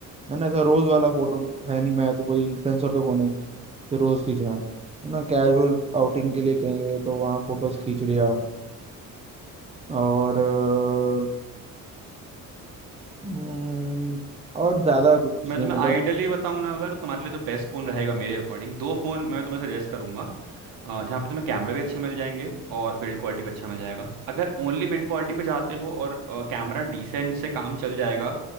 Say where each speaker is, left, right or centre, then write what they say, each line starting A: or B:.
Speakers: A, on the right (about 20°); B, on the right (about 85°).
A: है ना ऐसा रोज वाला फोटो है नहीं मैं तो कोई इन्फ्लुएंसर तो हो नहीं तो रोज खींचना है है ना कैजुअल आउटिंग के लिए कहीं गए तो वहाँ फोटोज खींच लिया और अ, हम्म, और ज्यादा कुछ
B: मैं
A: नहीं
B: तुम्हें
A: मतलब
B: आइडियली बताऊं ना अगर तुम्हारे लिए जो बेस्ट फ़ोन रहेगा मेरे अकॉर्डिंग दो फ़ोन मैं तुम्हें सजेस्ट करूंगा अ, जहाँ पे तुम्हें कैमरा भी अच्छे मिल जाएंगे और बिल्ड क्वालिटी भी अच्छा मिल जाएगा अगर ओनली बिल्ड क्वालिटी पे जाते हो और कैमरा डिसेंट से काम चल जाएगा